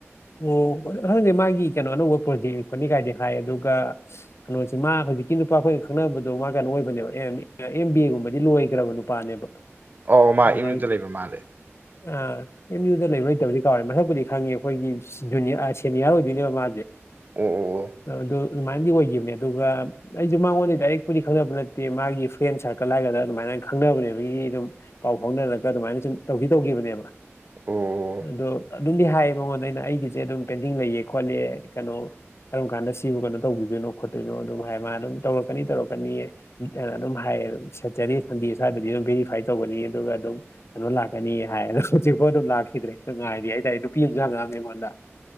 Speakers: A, on the left; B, on the right.
A: ꯑꯣ ꯈꯪꯗꯦ ꯃꯥꯒꯤ ꯀꯩꯅꯣ ꯑꯅꯧꯕ ꯄ꯭ꯔꯣꯖꯦꯛꯅꯤ ꯈꯣꯠꯅꯤ ꯀꯥꯏꯗꯤ ꯍꯥꯏ ꯑꯗꯨꯒ ꯀꯩꯅꯣꯁꯤ ꯃꯥ ꯍꯧꯖꯤꯛꯀꯤ ꯀꯤ ꯅꯨꯄꯥ ꯑꯩꯈꯣꯏꯒ ꯈꯪꯅꯕꯗꯣ ꯃꯥ ꯀꯩꯅꯣ ꯑꯣꯏꯕꯅꯦꯕ ꯑꯦꯝ ꯕꯤ ꯑꯦ ꯒꯨꯝꯕꯗꯤ ꯂꯣꯏꯒ꯭ꯔꯕ ꯅꯨꯄꯥꯅꯦꯕ
B: ꯑꯣ ꯃꯥ
A: ꯑꯗꯨ
B: ꯑꯦꯝ
A: ꯃꯥꯏ
B: ꯌꯨꯗ ꯂꯩꯕ ꯃꯥꯜꯂꯦ
A: ꯑꯥ ꯑꯦꯝ ꯌꯨꯗ ꯂꯩꯕ꯭ꯔ ꯂꯩꯇꯕ꯭ꯔꯗꯤ ꯀꯥꯎꯔꯦ ꯃꯁꯛꯄꯨꯗꯤ ꯈꯪꯉꯤ ꯑꯩꯈꯣꯏꯒꯤ ꯖꯨꯅꯤꯌꯥꯔ ꯑꯥ ꯁꯦꯅꯤꯌꯥꯔ ꯑꯣꯏꯗꯣꯏꯅꯦꯕ ꯃꯥꯁꯦ
B: ꯑꯣ ꯑꯣ ꯑꯣ
A: ꯑꯗꯨ ꯑꯗꯨꯃꯥꯏꯅꯗꯤ ꯑꯣꯏꯒꯤꯕꯅꯦ ꯑꯗꯨꯒ ꯑꯩꯖꯨ ꯃꯉꯣꯟꯗ ꯗꯥꯏꯔꯦꯛꯄꯗꯤ ꯈꯪꯗꯕ ꯅꯠꯇꯦ ꯃꯥꯒꯤ ꯐ꯭ꯔꯦꯟ ꯁꯥꯔꯀꯜ ꯍꯥꯏꯒ꯭ꯔꯥ ꯑꯗꯨꯃꯥꯏꯅ ꯗꯨꯃꯥꯏꯅ ꯈꯪꯅꯕꯅꯦꯕꯒꯤ ꯑꯗꯨꯝ ꯄꯥꯎ ꯐꯥꯎꯅꯔꯒ ꯑꯗꯨꯃꯥꯏꯅ ꯁꯨꯝ ꯇꯧꯗꯤ ꯇꯧꯒꯤꯕꯅꯦꯕ
B: ꯑꯣ ꯑꯣ
A: ꯑꯗꯣ ꯑꯗꯨꯝꯗꯤ ꯍꯥꯏꯌꯦ ꯃꯉꯣꯟꯗ ꯑꯩꯅ ꯑꯩ ꯁꯦ ꯑꯗꯨꯝ ꯄꯦꯟꯗꯤꯡ ꯂꯩꯌꯦ ꯈꯣꯠꯂꯦ ꯀꯩꯅꯣ ꯀꯔꯝ ꯀꯥꯟꯗ ꯁꯤꯕꯨ ꯀꯩꯅꯣ ꯇꯧꯕꯤꯗꯣꯏꯅꯣ ꯈꯣꯠꯇꯣꯏꯅꯣ ꯑꯗꯨꯝ ꯍꯥꯏ ꯃꯥ ꯑꯗꯨꯝ ꯇꯧꯔꯛꯀꯅꯤ ꯇꯧꯔꯛꯀꯅꯤ ꯑꯗꯨꯝ ꯍꯥꯏ ꯁꯦꯇꯔꯗꯦ ꯁꯟꯗꯦ ꯁ꯭ꯋꯥꯏꯗꯗꯤ ꯑꯗꯨꯝ ꯚꯦꯔꯤꯐꯥꯏ ꯇꯧꯒꯅꯤ ꯑꯗꯨꯒ ꯑꯗꯨꯝ ꯀꯩꯅꯣ ꯂꯥꯛꯀꯅꯤ ꯍꯥꯏ ꯑꯗꯣ ꯍꯧꯖꯤꯛꯐꯥꯎ ꯑꯗꯨꯝ ꯂꯥꯛꯈꯤꯗ꯭ꯔꯦ ꯉꯥꯏꯔꯤ ꯍꯥꯏꯇꯥꯔꯦ ꯅꯨꯄꯤ ꯑꯃꯁꯨ ꯍꯪꯉꯛꯑꯝꯃꯦ ꯑꯩꯉꯣꯟꯗ